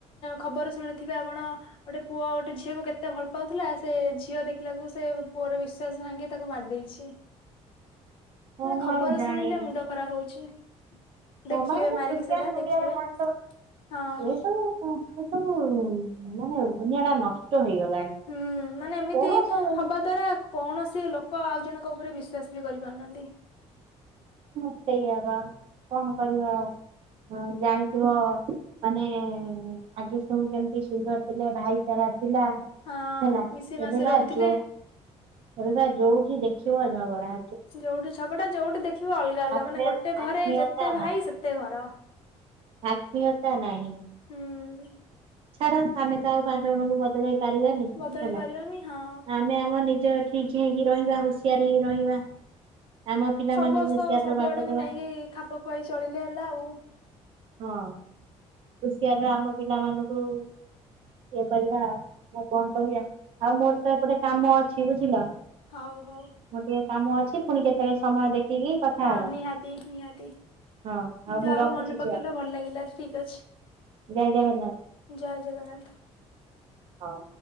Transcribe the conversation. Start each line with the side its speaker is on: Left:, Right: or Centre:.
Left: ଖବରରୁ ଶୁଣିଥିବେ ଆପଣ ଗୋଟେ ପୁଅ ଗୋଟେ ଝି ଝିଅକୁ କେତେ ଭଲ ପାଉଥିଲା ସେ ଝିଅ ଦେଖିଲାକୁ ସେ ପୁଅର ବିଶ୍ଵାସ ଭାଙ୍ଗି ତାକୁ ମାରି ଦେଇେଇଛି।
Right: ହଁ
Left: ମ
Right: ମୁଁ
Left: ଖବର
Right: ଆଉ ଜାଣିନି
Left: ଶୁଣିଲେ ମୁଣ୍ଡ ଖରାପ ହଉଛି। ଦେଖିବେ
Right: ମୋବାଇଲ
Left: ମାରିକି
Right: ସୋସିଆଲ
Left: ସେଟା
Right: ମିଡିଆରେ
Left: ଦେଖିବେ
Right: ମଣିଷ
Left: ହଁ
Right: ଏସବୁ ସବୁ ମାନେ ଦୁନିଆ ଟା ନଷ୍ଟ ହେଇଗଲାଣି।
Left: ହୁଁ ମାନେ ଏମିତି
Right: କଣ ସବୁ ଏମିତି
Left: ହବା ଦ୍ଵାରା କୌଣସି ଲୋକ ଆଉ ଜଣଙ୍କ ଉପରେ ବିଶ୍ଵାସ ବି କରିପାରୁନାହାନ୍ତି।
Right: ହଁ ସେଇଆ ପା କଣ କରିବା ଆଉହଁ ଜାଣିଥିବ ମାନେ ଆଜି ସବୁ କେମିତି ସୁନ୍ଦର ଥିଲେ ଭାଇଚାରା ଥିଲା
Left: ହଁ
Right: ହେଲା
Left: ମିଶି ମାସି
Right: ଏବେ ବା
Left: ରହୁଥିଲେ।
Right: ଯୋଉ ଏବେ ବା ଯୋଉଠି ଦେଖିବ ଝଗଡା
Left: ଯୋଉଠି ଝଗଡା ଯୋଉଠି ଦେଖିବ ଅଲଗା ଅଲଗା
Right: ଆତ୍ମୀୟ
Left: ମାନେ ଗୋଟେ ଘରେ
Right: ଆତ୍ମୀୟତା
Left: ଯେତେ ଭାଇ ସେତେ ଘର।
Right: ଆତ୍ମିୀୟତା ନାହିଁ।
Left: ହୁଁ।
Right: ଛାଡ ଆମେ ତ ଆଉ ପାଞ୍ଚ ଜଣଙ୍କୁ ବଦଳେଇ ପାରିବାନି ହେଲା।
Left: ବଦଳେଇ ପାରିବାନି ହଁ
Right: ଆମେ ଆମ ନିଜ ଠିକ ହେଇକି ରହିବା ହୁସିିଆରେ ହେଇ ରହିବା। ଆମ ପିଲାମାନଙ୍କୁ
Left: ଅବଶ୍ୟ
Right: ହୁସିଆର
Left: ସବୁ
Right: ର ବାଟ
Left: ଆଡକୁ
Right: ଦେବା
Left: ନେଇକି ଖାପ ଖୁଆଇ ଚଳିଲେ ହେଲା ଆଉ।
Right: ହଁ ପୁଷିଆପାଇଁ ଆମ ପିଲା ମାନଙ୍କୁ ଇଏ କରିବା ଆଉ ଆ କଣ କରିବା ଆଉ ମୋର ତ ଏପଟେ କାମ ଅଛି ବୁଝିଲ?
Left: ହଉ ହଉ।
Right: ମୋର ଟିକେ କାମ ଅଛି ପୁଣି କେତେବେଳେ ସମୟ ଦେଖିକି କଥା
Left: ହଁ
Right: ହବା
Left: ନିହାତି ନିହାତି
Right: ହଁ ଆଉ
Left: ଯାହା
Right: ମୁଁ ରଖୁଛି
Left: ହଉ ମନେ ପକେଇଲ
Right: ଝିଅ
Left: ଭଲ ଲାଗିଲା ଠିକ ଅଛି।
Right: ଜୟ ଜଗନ୍ନାଥ।
Left: ଜୟ ଜଗନ୍ନାଥ।
Right: ହଁ